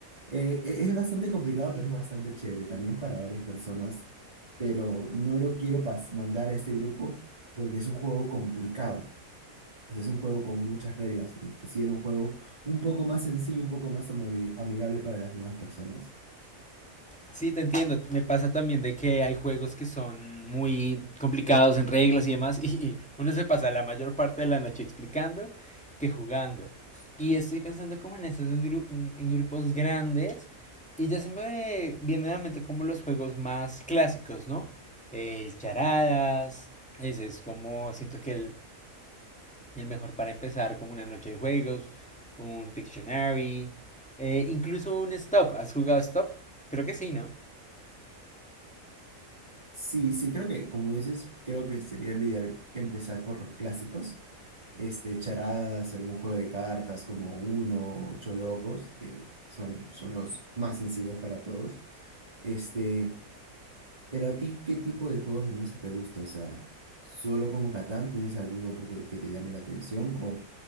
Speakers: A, on the right; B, in the centre.
A: Eh, e- es bastante complicado, pero es bastante chévere. También es para varias personas. Pero no lo quiero pas- mandar a este grupo porque es un juego complicado. Pues es un juego con muchas reglas y quisiera un juego un poco más sencillo, un poco más amabi- amigable para las nuevas personas.
B: Sí, te entiendo. Me pasa también de que hay juegos que son muy complicados en reglas y demás, <laughs> y y uno se pasa la mayor parte de la noche explicando que jugando. Y estoy pensando como en esos gru- en grupos grandes. Y ya se me viene a la mente como los juegos más clásicos, ¿no? El charadas, ese es como siento que el el mejor para empezar como una noche de juegos, un Pictionary, eh, incluso un Stop. ¿Has jugado Stop? Creo que sí, ¿no?
A: Sí, sí, creo que, como dices, creo que sería lo ideal empezar por los clásicos. Este, charadas, algún juego de cartas como Uno, o Ocho Locos, que son, son los más sencillos para todos. Este, pero a ti, ¿qué tipo de juegos de mesa te gusta? O sea, ¿solo como Catán tienes algún otro que, que te llame la atención? ¿O